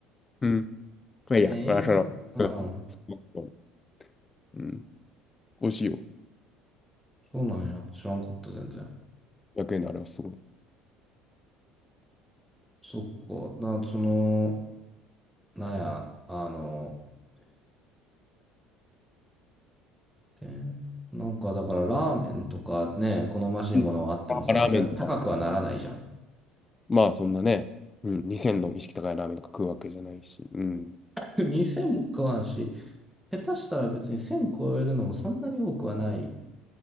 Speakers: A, on the left (about 25°); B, in the centre.
A: うん。まあいいや、
B: 天屋、
A: まあ、その、
B: うん、
A: うん。うん美味しいよ。
B: そうなんや。知らんかった、全然。
A: 500円のあれはすごい。
B: そっか、な、その、なんや、あの、で、なんかだからラーメンとかね、好ましいものはあってもさ、
A: うんまあラーメンとか。
B: それ高くはならないじゃん。
A: まあ、そんなね、うん、2000の意識高いラーメンとか食うわけじゃないし。うん。
B: <laughs> 2000も食わんし、下手したら別に1000超えるのもそんなに多くはない